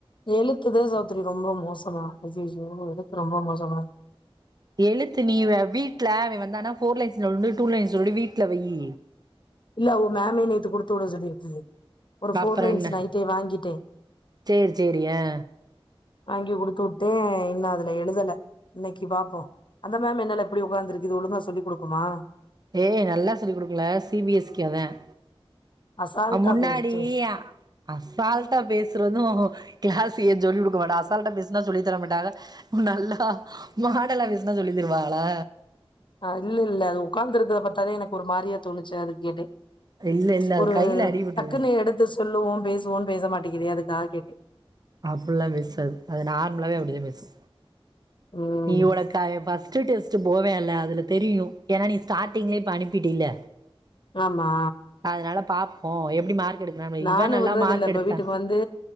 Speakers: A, on the left; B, on the right.
A: எழுத்துதா சௌத்திரி ரொம்ப மோசமா அய்யயோ எழுத்து ரொம்ப மோசமா
B: எழுத்து நீ வீட்ல அவ வந்தனா ஃபோர் லைன்ஸ் நோட் ஒன்னு டூ லைன்ஸ் நோட் ஒன்னு வீட்ல வைய்
A: இல்ல அவுக மேம்மு நேத்து குடுத்து வுட சொல்லிருக்கு ஒரு ஃபோர்
B: அப்றோ
A: லைன்ஸ்
B: என்ன
A: நைட்டே வாங்கிட்டேன்
B: சேரி சேரி ஆ
A: வாங்கி குடுத்து உட்டேன் இன்னும் அதுல எழுதல இன்னைக்கு பாப்போம் அந்த மேம் என்னல இப்டி உட்காந்துருக்கு ஒழுங்கா சொல்லி குடுக்குமா
B: ஏய் நல்லா சொல்லிக் குடுக்கம்ல சி பி எஸ் சி அதான்
A: அசால்ட்டா
B: அ முன்னாடி
A: பேசுச்சே
B: யா அசால்ட்டா பேசுறதும் கிளாஸ் ஏ சொல்லி குடுக்க மாட்டா அசால்ட்டா பேசுனா சொல்லி தர மாட்டாக ம் நல்லா மாடல்லா பேசுன்னா சொல்லி தருவாகளா
A: அருளு இல்ல அது உட்காந்துறத பத்தாலே எனக்கு ஒரு மாரியா தோணுச்சு அதான் கேட்டேன்
B: இல்ல இல்ல அது
A: ஒரு
B: கையில அடிபட்டுரு
A: டக்குன்னு எடுத்து சொல்லுவோம் பேசுவோம் பேச மாட்டேங்கது அதுக்காக கேட்டேன்
B: அப்படில்லாம் பேசாது அது நார்மலாவே அப்படிதான் பேஸ்
A: ம்
B: நீ ஒனக்கு அவன் ஃபஸ்ட்டு டெஸ்ட் போவேன்ல்ல அதுல தெரியும் ஏன்னா நீ ஸ்டார்டிங்லே இப்ப அனுப்பிட்டில்ல
A: ஆமா
B: அதனால பாப்போம் எப்டி மார்க் எடுக்கறான்னு
A: நானும்
B: இவ நல்லா
A: விடுறது
B: மார்க்
A: இல்ல இப்ப
B: எடுத்தா
A: வீட்டுக்கு வந்து